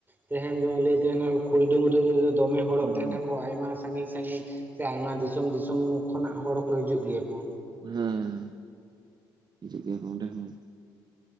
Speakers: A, on the right; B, on the right.
A: ᱛᱮᱦᱮᱧ ᱫᱚ ᱞᱟᱹᱭ ᱛᱟᱦᱮᱱᱟ ᱠᱚ ᱠᱷᱩᱲᱤ ᱰᱩᱝᱨᱤ ᱨᱮ ᱫᱚᱢᱮ ᱦᱚᱲᱚᱜ
B: ᱦᱩᱸ
A: ᱛᱟᱦᱮᱱᱟᱠᱚ ᱟᱭᱢᱟ ᱥᱟᱺᱜᱤᱧ ᱥᱟᱺᱜᱤᱧ ᱥᱮ ᱟᱭᱢᱟ ᱫᱤᱥᱚᱢ ᱫᱤᱥᱚᱢ ᱠᱷᱚᱱᱟᱜ ᱦᱚᱲ ᱠᱚ ᱦᱤᱡᱩᱜ ᱜᱮᱭᱟ ᱠᱚ᱾
B: ᱦᱮᱸᱻ ᱦᱤᱡᱩᱜ ᱜᱮᱭᱟ ᱠᱚ ᱚᱸᱰᱮ ᱦᱚᱸ᱾